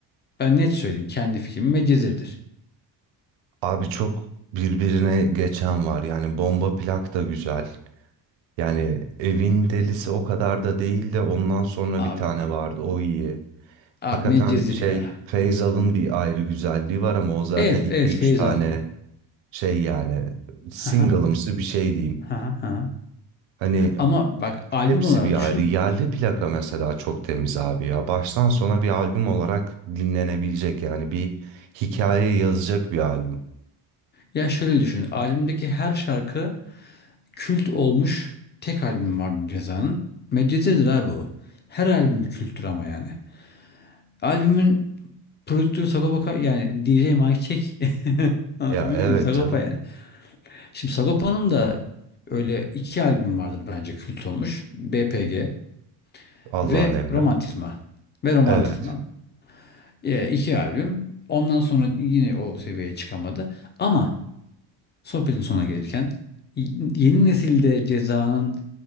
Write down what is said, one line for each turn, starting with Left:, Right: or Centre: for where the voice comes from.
Left: Ben net söyleyeyim kendi fikrim Medcezir'dir.
Right: Abi çok birbirine geçen var yani bomba plak da güzel. Yani evin delisi o kadar da değil de ondan sonra
Left: Abi
Right: bir tane
Left: yok.
Right: vardı o iyi.
Left: Abi
Right: Hakikaten
Left: Medcezir
Right: şey
Left: ya.
Right: Feyzal'ın bir ayrı güzelliği var ama o zaten
Left: Evet,
Right: iki
Left: evet
Right: üç
Left: Feyz
Right: tane
Left: aldı.
Right: şey yani single'ımsı
Left: Haha,
Right: bir şey diyeyim.
Left: haha, haha.
Right: Hani
Left: Ama bak albüm
Right: hepsi
Left: olarak
Right: bir
Left: düşün.
Right: ayrı. Yerli plaka mesela çok temiz abi ya. Baştan sona bir albüm olarak dinlenebilecek yani bir hikaye yazacak bir albüm.
Left: Ya şöyle düşün. Albümdeki her şarkı kült olmuş tek albüm vardı Ceza'nın. Medcezir'dir abi o. Her albüm bir kültür ama yani. Albümün prodüktörü Sagopa Ka- yani DJ Mike Check. <laughs> Anlatabildim
Right: Ya evet
Left: mi? Sagopa
Right: canım.
Left: yani. Şimdi Sagopa'nın da öyle iki albüm vardır bence kült olmuş. BPG
Right: Allah'ın
Left: ve
Right: emri.
Left: Romantizma. Ve Romantizma.
Right: Evet.
Left: E, iki albüm. Ondan sonra yine o seviyeye çıkamadı. Ama sohbetin sonuna gelirken y- yeni nesilde Ceza'nın